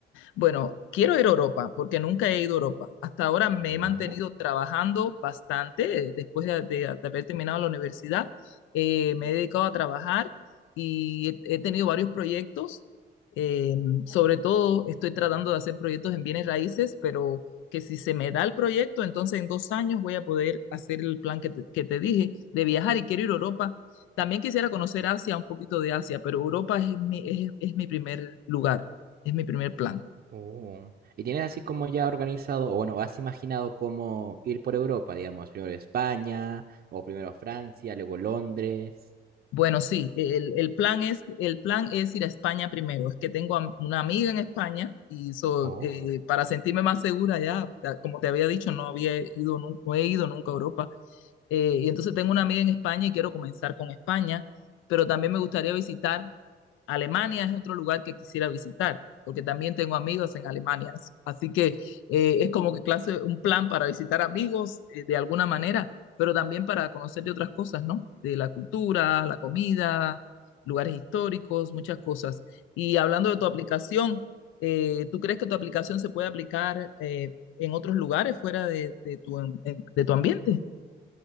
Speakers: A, on the left; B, on the right.
A: Bueno, quiero ir a Europa porque nunca he ido a Europa. Hasta ahora me he mantenido
B: Ya.
A: trabajando bastante eh, después de, de- de haber terminado la universidad. eh, me he dedicado a trabajar y he, he tenido varios proyectos. eh, sobre todo estoy tratando de hacer proyectos en bienes raíces, pero que si se me da el proyecto, entonces en dos años voy a poder hacer el plan que te, que te dije de viajar y quiero ir a Europa. También quisiera conocer Asia, un poquito de Asia, pero Europa es mi, es es mi primer lugar, es mi primer plan.
B: Oh. ¿Y tienes así como ya organizado, o bueno, has imaginado cómo ir por Europa, digamos, primero España, o primero Francia, luego Londres?
A: Bueno, sí, el, el plan es, el plan es ir a España primero. Es que tengo a- una amiga en España y so,
B: Oh.
A: eh, para sentirme más segura ya, ta- como te había dicho, no había ido, nu- no he ido nunca a Europa. Eh, y entonces tengo una amiga en España y quiero comenzar con España, pero también me gustaría visitar Alemania es otro lugar que quisiera visitar, porque también tengo amigos en Alemania. Así que eh, es como que clase, un plan para visitar amigos eh, de alguna manera, pero también para conocer de otras cosas, ¿no? De la cultura, la comida, lugares históricos, muchas cosas. Y hablando de tu aplicación, eh, ¿tú crees que tu aplicación se puede aplicar eh, en otros lugares fuera de, de tu, en- de tu ambiente?